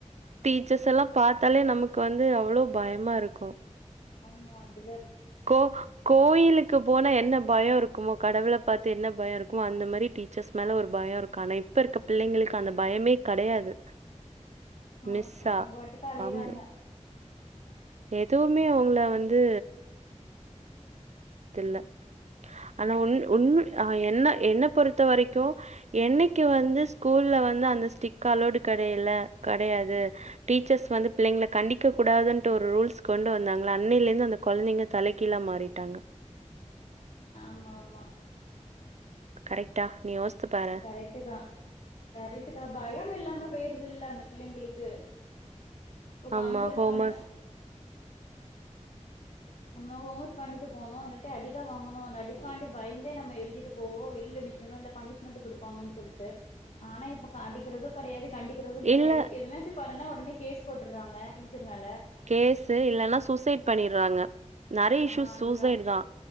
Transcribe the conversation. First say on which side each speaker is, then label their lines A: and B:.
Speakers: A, on the right (about 65°); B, on the left (about 65°).
A: டீச்சர்ஸ் எல்லா பாத்தாலே நமக்கு வந்து அவ்வளவ் பயமா இருக்கு
B: ஆமா அப்டிதா
A: கோ கோயிலுக்கு போனா என்ன பயோ இருக்குமோ கடவுள பாத்து என்ன பயோ இருக்குமோ அந்த மாரி டீச்சர்ஸ் மேலே ஒரு பயம் இருக்கு ஆனா இப்ப இப்ப இருக்க பிள்ளிங்களுக்கு அந்த பயமே கெடையாது
B: ஆமா
A: மிஸ்ஸா
B: அவங்க பாட்டுக்கு அளையுறாங்க
A: அம் எதுவுமே உள்ள வந்து ல்ல ஆனா உன் உண் என்ன என்ன பொறுத்த வரைக்கு என்னிக்கு வந்து ஸ்கூல்ல வந்து அந்த ஸ்ட்ங் அளோவ்டு கெடையல கெடையாது டீச்சர்ஸ் வந்து பிள்ளிங்கள கண்டிக்க கூடாதுன்ட்டு ஒரு ரூல்ஸ் கொண்டு வந்தாங்களோ அன்னில இருந்து அந்த கெழந்திங்க தலகீழா மாறிட்டாங்க
B: ஆமா ஆமா
A: கரெக்டா நீ பாரேன்.
B: கரெக்ட் தா கரெக்ட் தா பயம் இல்லாம போயிரு அல்ல அந்த பிள்ளிங்களுக்கு
A: ஆமா
B: கம்பு இல்லாம
A: ஹோம் ஒர்க்
B: <unintelligible> ஹோம் ஒர்க் பண்ணிட்டு போணு இல்லட்டி அடிதா வாங்கனு அந்த அடிக்கான்டி பயந்தே நம்ம எழுதீட்டு போவோ வெளில நிக்கணு பனிஷ்மென்ட் குடுப்பாங்கன்டு சொல்லிட்டு ஆனா இப்ப கண்டிக்கிறது கெடையாது கண்டிக்கிறது கெடையாது
A: இல்ல
B: எதுனாச்சும் பன்னுனா ஒடனே கேஸ் போட்டுறாங்க டீச்சர் மேல
A: கேசு இல்லன்னா சூசைட் பண்ணிறாங்க நெறைய இசூஸ்
B: ஆ அதுதா
A: சூசைடு தா